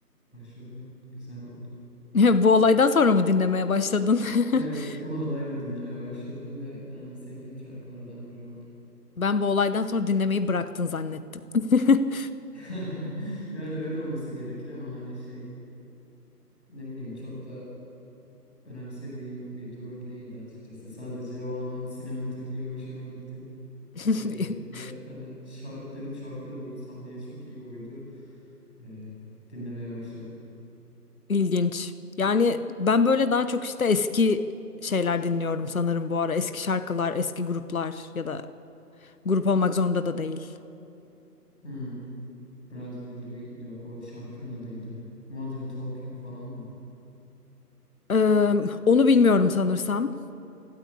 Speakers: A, in the centre; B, on the left.
A: başladım. Güzel oldu.
B: <laughs> Bu olaydan sonra mı dinlemeye başladın?
A: Evet,
B: <laughs>
A: bu olayla dinlemeye başladım ve hani sevdiğim şarkılardan biri oldu.
B: Ben bu olaydan sonra dinlemeyi bıraktın zannettim. <laughs>
A: <laughs> Yani öyle olması gerekir ama hani şey ne bileyim çok da önemsediğim bir durum değildi açıkçası. Sadece o anın sinematikliği hoşuma gitti.
B: <laughs>
A: Ee, ve hani şarkı dedim şarkı da bu sahneye çok iyi uydu. Ee, dinlemeye başladım.
B: İlginç. Yani ben böyle daha çok işte eski şeyler dinliyorum sanırım bu ara. Eski şarkılar, eski gruplar ya da grup olmak zorunda da değil.
A: Hmm, Brother Louis yok o şarkının adıydı. Modern Talking falan mı?
B: Ee, onu bilmiyorum sanırsam.